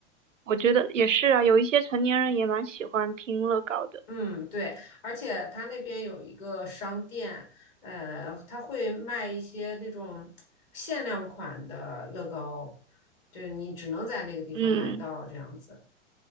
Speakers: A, on the right (about 85°); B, on the left (about 40°).
A: 我觉得也是啊，有一些成年人也蛮喜欢拼乐高的。
B: 嗯，对，而且他那边有一个商店，呃，他会卖一些那种限量款的乐高，就是你只能在那个地方买到这样子
A: 嗯，